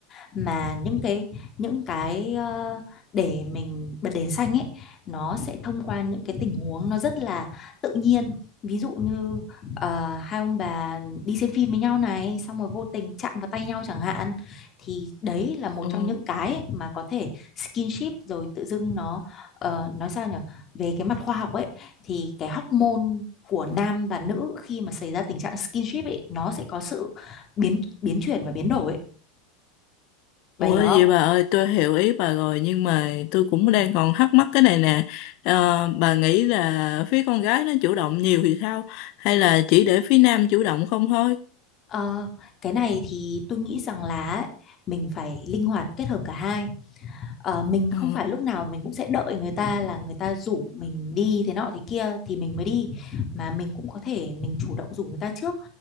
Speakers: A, on the left; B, on the left.
A: mà những cái những cái ờ, để mình bật đèn xanh ấy nó sẽ thông qua những cái tình huống nó rất là tự nhiên ví dụ như ờ, hai ông bà đi xem phim với nhau này xong rồi vô tình chạm vào tay nhau chẳng hạn thì đấy là một
B: ờ.
A: trong những cái ấy mà có thể skinship rồi tự dưng nó ờ, nói sao nhỉ về cái mặt khoa học ấy thì cái hormone của nam và nữ khi mà xảy ra tình trạng skinship ấy nó sẽ có sự biến biến chuyển và biến đổi bà
B: Ủa
A: hiểu
B: vậy
A: không
B: bà ơi tôi hiểu ý bà rồi nhưng mà tôi cũng đang còn thắc mắc cái này nè Ờ, bà nghĩ là phía con gái nó chủ động nhiều thì sao hay là chỉ để phía nam chủ động không thôi
A: Ờ, cái này thì tôi nghĩ rằng là ấy, mình phải linh hoạt kết hợp cả hai Ờ, mình
B: Ờ,
A: không phải lúc nào mình cũng sẽ đợi người ta là người ta rủ mình đi thế nọ thế kia thì mình mới đi mà mình cũng có thể mình chủ động rủ người ta trước